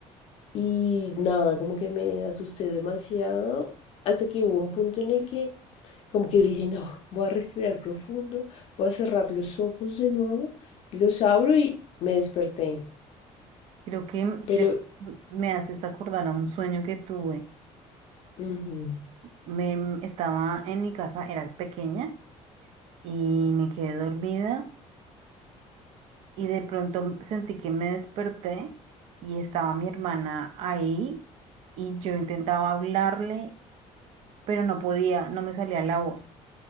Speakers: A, on the left; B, on the right.
A: Y nada, como que me asusté demasiado hasta que hubo un punto en el que como que dije, no, voy a respirar profundo, voy a cerrar los ojos de nuevo, los abro y me desperté.
B: Creo que,
A: Pero,
B: creo que me haces acordar a un sueño que tuve.
A: ujú,
B: Me mm, estaba en mi casa, era pequeña, y me quedé dormida y de pronto sentí que me desperté y estaba mi hermana ahí y yo intentaba hablarle, pero no podía, no me salía la voz.